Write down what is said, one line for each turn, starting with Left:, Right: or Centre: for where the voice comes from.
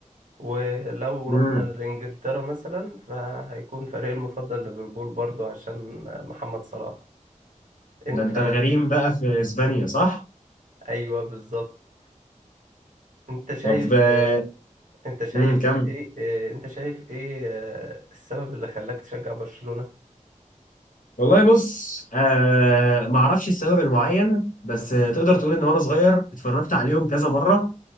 Right: ولو
Left: مم.
Right: رحنا لإنجلترا مثلا فهيكون فريقي المفضل ليفربول برضو عشان محمد صلاح انت
Left: ده انت الغريم بقى في اسبانيا صح؟
Right: ايوه بالظبط انت شايف
Left: طب آه،
Right: انت شايف
Left: امم كمل
Right: ايه انت شايف ايه آه، السبب اللي خلاك تشجع برشلونة
Left: والله بص آه ما اعرفش السبب المعين بس آه، تقدر تقول ان وانا صغير اتفرجت عليهم كذا مره